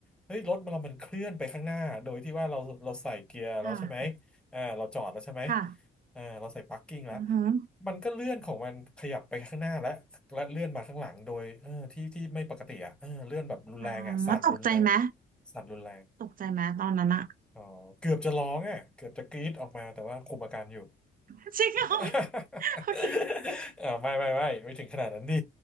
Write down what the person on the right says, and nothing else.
ค่ะ
ค่ะ
อือหือ
อ่าแล้วตกใจไหม
ตกใจไหมตอนนั้นอะ
<laughs> จริงเหรอ
โอเค